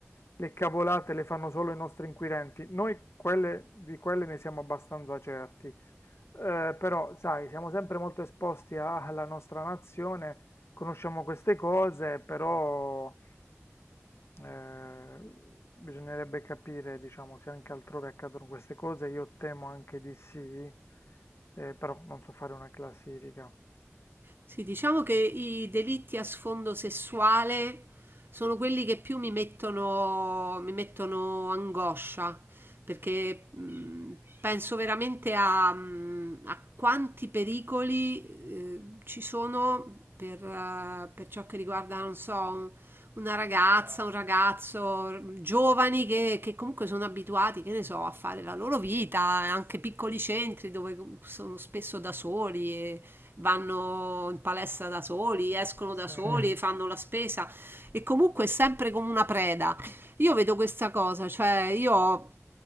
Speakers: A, on the left; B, on the right.
A: le cavolate le fanno solo i nostri inquirenti, noi quelle, di quelle ne siamo abbastanza certi, Eh, però, sai, siamo sempre molto esposti a- alla nostra nazione, conosciamo queste cose, però eh, bisognerebbe capire, diciamo, se anche altrove accadono queste cose. Io temo anche di sì, eh, però non so fare una classifica.
B: Sì, diciamo che i delitti a sfondo sessuale sono quelli che più mi mettono, mi mettono angoscia, perché mh, penso veramente a, mh, a quanti pericoli eh, ci sono per, eh, per ciò che riguarda, non so, un- una ragazza, un ragazzo, giovani che, che comunque sono abituati, che ne so, a fare la loro vita, anche piccoli centri dove sono spesso da soli vanno in palestra da soli, escono
A: Sì,
B: da soli, fanno la spesa e comunque è sempre come una preda. Io vedo questa cosa, cioè io ho